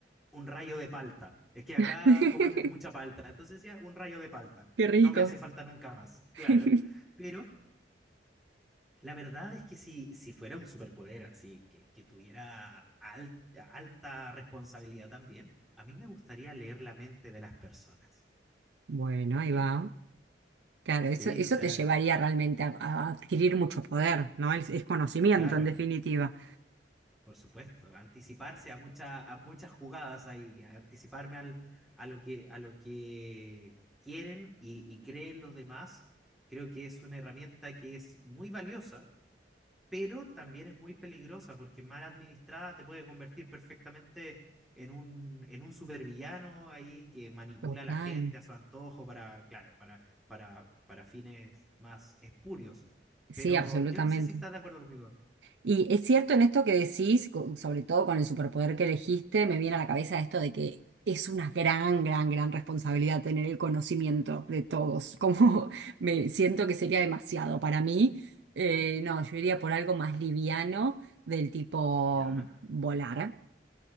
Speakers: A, in the centre; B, on the right (about 80°).
A: un rayo de palta. Es que acá
B: <laughs>
A: comemos mucha palta, entonces decía un rayo de palta.
B: Qué rico.
A: No me hace falta nunca más, claro,
B: <laughs>
A: pero la verdad es que si, si fuera un superpoder así, que, que tuviera al- alta responsabilidad también, a mí me gustaría leer la mente de las personas.
B: Bueno, ahí
A: Claro.
B: va. Claro, eso,
A: Sí,
B: eso
A: o sea,
B: te llevaría realmente a, a adquirir mucho poder, ¿no? Es, es conocimiento,
A: claro,
B: en definitiva.
A: por supuesto. Anticiparse a, muchas a muchas jugadas ahí, a anticiparme al, a lo que, a lo que quieren y, y creen los demás, creo que es una herramienta que es muy valiosa pero también es muy peligrosa porque mal administrada te puede convertir perfectamente en un, en un supervillano ahí que manipula
B: Total.
A: a la gente a su antojo para, claro, para, para, para fines más espurios.
B: Sí,
A: Pero
B: absolutamente.
A: yo no sé si estás de acuerdo conmigo.
B: Y es cierto en esto que decís, co- sobre todo con el superpoder que elegiste, me viene a la cabeza esto de que es una gran, gran, gran responsabilidad tener el conocimiento de todos. <laughs> Como me siento que sería demasiado para mí. Eh, no, yo iría por algo más liviano del tipo
A: Ya,
B: volar.